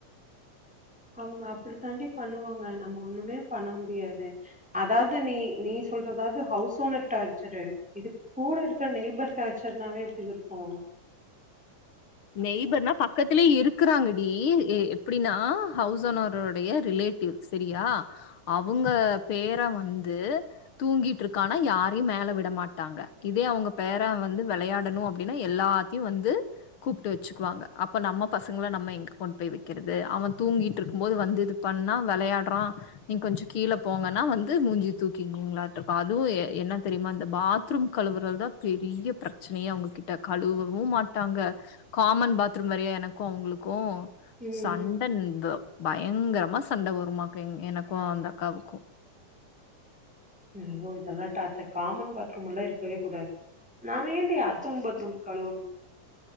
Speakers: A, in the centre; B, on the left (about 50°).
A: அவங்க அப்டித் தாண்டி பண்ணுவாங்க நம்ம ஒண்ணுமே பண்ண முடியாது. அதாவது நீ நீ சொல்றதாவது ஹவுஸ் ஓனர் டார்ச்சர். இது கூட இருக்கிற நெய்பர் டார்ச்சர்னாவே இப்படி இருக்கூ
B: நெய்பர்னா பக்கத்துலயே இருக்குறாங்க. இத் எ எப்புடினா ஹவுஸ் ஓனரொடைய ரிலேட்டிவ் செரியா அவுங்க பேரென் வந்து தூங்கிட்டு இருக்கானா யாரையும் மேல விட மாட்டாங்க. இதே அவுங்க பேரென் வந்து விளையாடணூ அப்டின்னு எல்லாத்தியும் வந்து. கூப்ட்டு வச்சுக்குவாங்க. அப்ப நம்ம பசங்க்ள நம்ம எங்க கொண்டு போய் வைக்கிறது. அவன் தூங்கிட்டிருக்கும் போது வந்து இது பண்ணா விளையாடு்றான் நீங் கொஞ்சோ கீழே போங்கன்னா வந்து மூஞ்சிய தூக்கிங்வாங்களாட்டம். அதுவும் என்ன தெரியுமா அந்த பாத்துரூம் கழுவுறத் தான் பெரிய பிரச்சனயே அவுங்க கிட்ட, கழுவவும் மாட்டாங்க. காமன் பாத்துரூம் வெரயா எனக்கூ அவுங்ளுக்கும்.
A: ம்
B: சண்ட <unintelligible> பயங்கரமா சண்ட வருமாக்கு எங் எனக்கு அந்த அக்காவுக்கு
A: ஐயோ இதெல்லா டார்ச்சர் காமன் பாத்ரூம் எல்லா இருக்கவே கூடாது நாம ஏண்டி அடுத்தவங்க் பாத்ரூம் கழுவணு